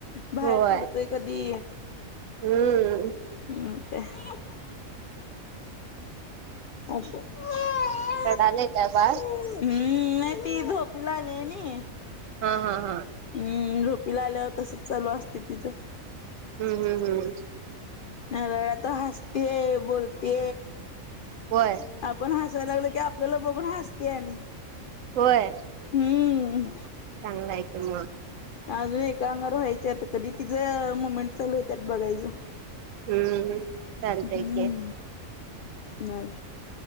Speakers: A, on the left; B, on the right.
A: बाहेर
B: होय.
A: पडतोय कधी.
B: हम्म.
A: क <inaudible> असशा <inaudible>
B: रडाले काय बाळ.
A: हम्म नाही ती झोपेला आल्या नाही.
B: हा हा हा
A: हम्म झोपीला आल्यावर तसच चालू असते तिचं
B: हम्म हम्म हम्म
A: हळू हळू आता हसते बोलते
B: होय
A: आपण हसायला लागल की आपल्याला बघून हसते आणि
B: होय
A: हम्म
B: चांगला आहे की मग.
A: अजून एका अंगवर व्हायचीय आता कधी तिचं मुमेंट चालू होत्यात बघायचं.
B: हम्म चालतय
A: हूं
B: की
A: नाय